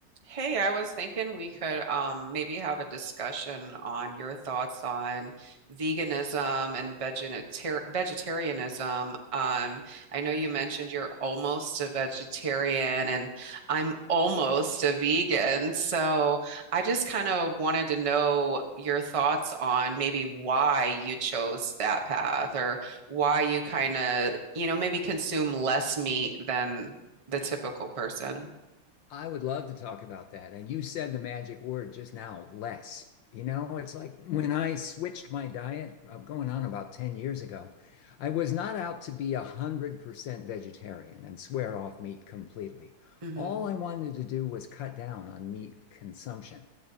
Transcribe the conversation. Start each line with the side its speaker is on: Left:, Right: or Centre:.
Right: Hey, I was thinking we could um, maybe have a discussion on your thoughts on veganism and vegetar vegetarianism. Um, I know you mentioned you're almost a vegetarian, and I'm almost a vegan. So I just kind of wanted to know your thoughts on maybe why you chose that path or why you kind of, you know, maybe consume less meat than the typical person.
Left: I would love to talk about that. And you said the magic word just now, less. You know, it's like when I switched my diet, I'm going on about 10 years ago, I was not out to be 100% vegetarian and swear off meat completely.
Right: hmm
Left: All I wanted to do was cut down on meat consumption.